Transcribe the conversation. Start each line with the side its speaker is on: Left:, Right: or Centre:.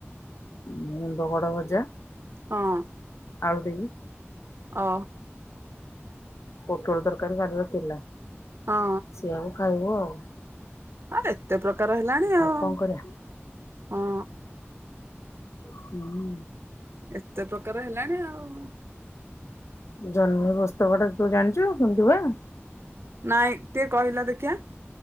Left: ନିମ୍ବ କଢ଼ ଭଜା
Right: ହଁ
Left: ଆଳୁ ଦହି
Right: ଓ
Left: ପୋଟଳ ତରକାରୀ କାଲିର ଥିଲା।
Right: ହଁ
Left: ସେଇଆକୁ ଖାଇବୁ ଆଉ
Right: ଆରେ ଏତେ ପ୍ରକାର ହେଲାଣି ଆଉ
Left: କଣ କରିବା
Right: ହଁ
Left: ହୁଁ
Right: ଏତେ ପ୍ରକାର ହେଲାଣି ଆଉ
Left: ଜହ୍ନି ପୋସ୍ତକଟା ତୁ ଜାଣିଛୁ କେମିତି ହୁଏ?
Right: ନାଇଁ ଟିକେ କହିଲ ଦେଖିିବା